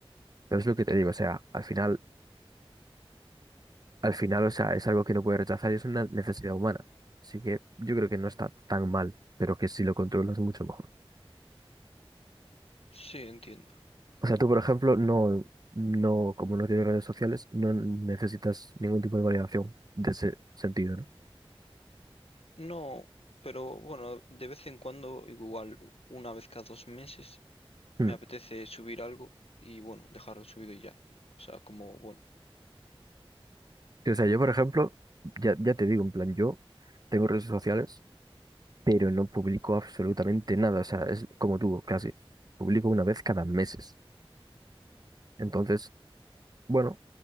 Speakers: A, on the right; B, on the left.
A: Pero es lo que te digo, o sea, al final, al final, o sea, es algo que no puedes rechazar y es una necesidad humana. Así que yo creo que no está tan mal, pero que si lo controlas mucho mejor.
B: sí, entiendo.
A: O sea, tú, por ejemplo, no, no, como no tienes redes sociales, no necesitas ningún tipo de validación de ese sentido, ¿no?
B: No, pero bueno, de vez en cuando, igual una vez cada dos meses,
A: Mm.
B: me apetece subir algo y bueno, dejarlo subido y ya. O sea, como, bueno,
A: Sí, o sea, yo, por ejemplo, ya, ya te digo, en plan, yo tengo redes sociales, pero no publico absolutamente nada. O sea, es como tú, casi. Publico una vez cada meses. Entonces, bueno,